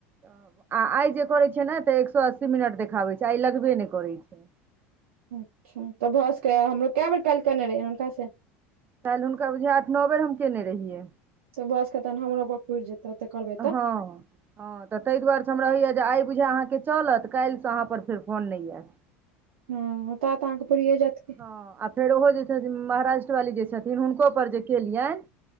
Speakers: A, on the right; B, on the right.
A: हां आ आय जे करय छीयै नै तऽ एक सौ अस्सी मिनट देखाबय छै, आय लगबे नै करय छै।
B: अच्छा तब भऽ सकय यै हमरो कै बेर काएल केनय रहिए हुनका से?
A: काएल हुनका बुझियौ आठ नौ बेर हम केनै रहियै।
B: तब भ सकय तहन हमरो पर पुर जाए तुरते कहल कै
A: हां-हां त तै दुआरे से हमरा होय यै जे आय बुझायो अहाँ के चलत काएल से अहाँ पर फेर फोन नै ऐत।
B: हां ता तै अहाँके पूरियै जाएत
A: हँ आ फेर ओहो जे छथिन महाराष्ट्र बाली जे छथिन हुनको पर जे केलयैन